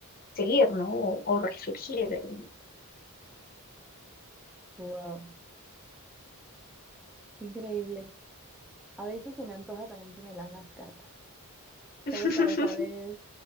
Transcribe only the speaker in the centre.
Wow, qué increíble. A veces se me antoja también que me lean las cartas,
solo para saber